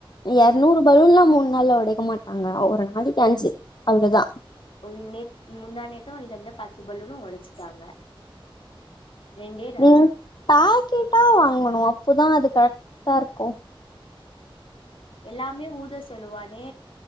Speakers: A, on the left (about 50°); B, on the left (about 70°).
A: எரநூறு பலூன்லா மூணு நாள்ல ஒடைக்க மாட்டாங்க ஒரு நாளைக்கு ஆஞ்சு அவ்ளோதா
B: ஒரு நே முந்தா நேத்த வாங்கிட்டு வந்த பத்து பலுன்னு ஒடச்சுட்டாங்க ரெண்டே நாள்ல
A: நீ பாக்கெட்டா வாங்கணு அப்போதா அது கரெக்டா இருக்கு
B: எல்லாமே ஊத சொல்லுவானே